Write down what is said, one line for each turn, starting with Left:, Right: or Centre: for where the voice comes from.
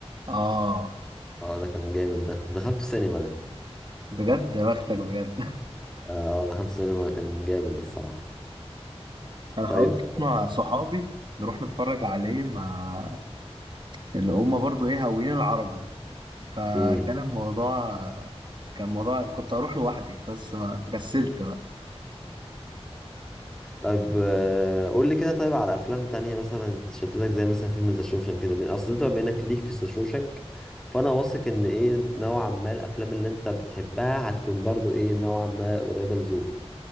Right: آه
Centre: اه ده كان جامد ده دخلت سينما ده
Right: بجد يا بختك بجد
Centre: اه دخلت سينما كان جامد الصراحة
Right: <laughs> أنا حاولت
Centre: طيب
Right: مع صحابي نروح نتفرج عليه مع اللي هما برضه إيه هاويين العربي فكان
Centre: امم
Right: الموضوع كان الموضوع كنت أروح لوحدي بس ما فكسلت بقى
Centre: طيب آه، قول لي كده طيب على افلام تانية مثلا تشددك زي مثلا فيلم ذا شوشانك كده من اصل انت بما انك ليك في ذا شوشانك فانا واثق ان ايه نوعا ما الافلام اللي انت بتحبها هتكون برضو ايه نوعا ما قريبة لذوقي